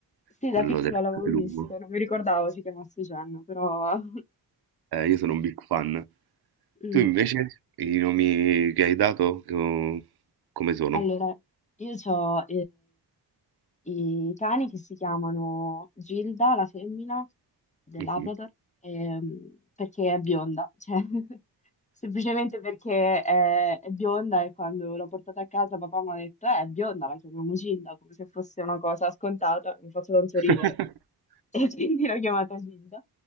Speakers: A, on the left; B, on the right.
A: Sì,
B: quello
A: da piccola
B: del
A: l'avevo
B: lupo.
A: visto, non mi ricordavo si chiamasse Jen, però... <laughs>
B: Eh, io sono un big fan.
A: Mm.
B: Tu invece, i nomi che hai dato, co- come sono?
A: Allora, io ho i cani che si chiamano Gilda, la femmina del
B: Mhm.
A: Labrador, ehm, perché è bionda, cioè, <laughs> semplicemente perché è, è bionda e quando l'ho portata a casa papà mi ha detto, eh, è bionda, la chiamiamo Gilda, come se fosse una cosa scontata, mi faccio tanto
B: <laughs>
A: ridere. e <laughs> quindi l'ho chiamata Gilda,